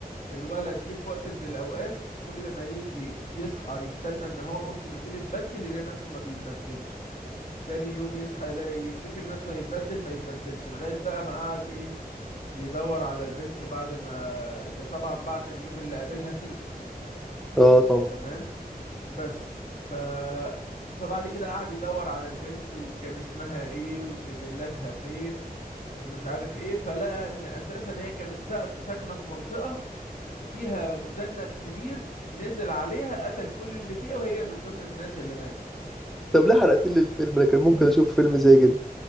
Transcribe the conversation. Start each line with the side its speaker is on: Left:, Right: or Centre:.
Left: الولد جه في وقت من الأوقات كل ما يجي يصحى يستنى إن هو ممكن يكون اتبدل يلاقي نفسه ما بيتبدلش تاني يوم يصحى يلاقي يفتكر نفسه هيتبدل ما يتبدلش لغاية بقى ما قعد ايه يدور على البنت بعد ما ده طبعا بعد اليوم اللي قابلها فيه
Centre: اه طبعا
Left: تمام بس ف فبعد كده قعد يدور على البنت وكان اسمها ايه وسجلاتها فين ومش عارف ايه فلقى ان اساسا هي كانت ساك- ساكنة في منطقة فيها مذنب كبير نزل عليها قتل كل اللي فيها وهي من ضمن الناس اللي ماتت
Centre: طب ليه حرقت لي الفيلم انا كان ممكن اشوف فيلم زي كده